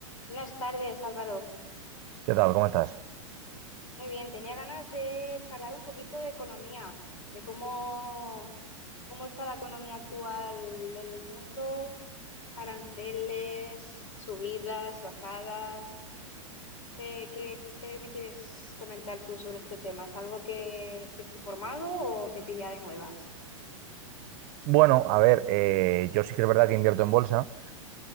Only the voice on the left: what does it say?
Buenas tardes, Álvaro.
Muy bien, tenía ganas de charlar un poquito de economía, de cómo, cómo está la economía actual del mundo, aranceles, subidas, bajadas. ¿Qué, qué, qué me quieres comentar tú sobre este tema? ¿Es algo que estés informado o te pilla de nuevas?